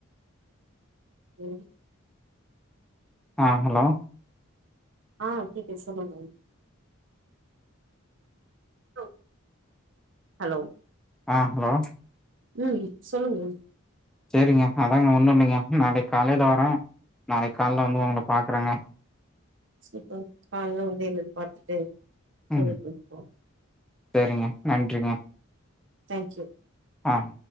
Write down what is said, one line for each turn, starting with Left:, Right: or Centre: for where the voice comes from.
Right: ம்
Centre: ஆ ஹலோ
Right: ஆ கேக்குது சொல்லுங ஹலோ ஹலோ
Centre: ஆ ஹலோ
Right: உம் சொல்லுங்க
Centre: சேரிங்க அதாங்க ஒண்ணு இல்லிங்க நாளைக்கி காலைல வரே நாளைக்கி காலைல வந்து உங்கள பாக்குறேங்க
Right: <unintelligible> காலல வந்து என்னன்னு பாத்துட்டு
Centre: ம்
Right: ஒரே <unintelligible>
Centre: சேரிங்க நன்றிங்க
Right: தேங்க்யூ
Centre: ஆம்